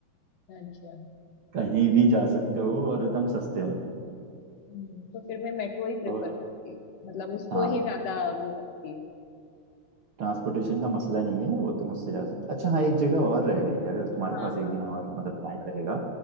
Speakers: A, on the left (about 65°); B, on the right (about 50°).
A: से अच्छा
B: कहीं भी जा सकते हो और एकदम सस्ते में
A: हम्म, तो फिर मैं मेट्रो ही प्रेफर
B: तो
A: करती हूँ मतलब उसको
B: हाँ
A: ही ज्यादा वो रखती हूँ
B: ट्रांसपोर्टेशन का मसला नहीं है वो तुम उससे जा सकते हो अच्छा हाँ एक जगह और रह गई अगर तुम्हारे
A: हाँ
B: पास एक
A: हाँ
B: दिन और मतलब टाइम रहेगा